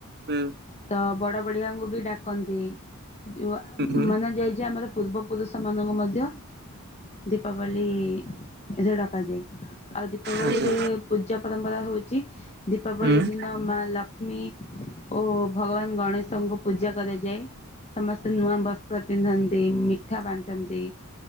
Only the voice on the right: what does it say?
ହୁଁ
ହୁଁ ହୁଁ ହୁଁ
ଆଚ୍ଛା
ହୁଁ ହଁ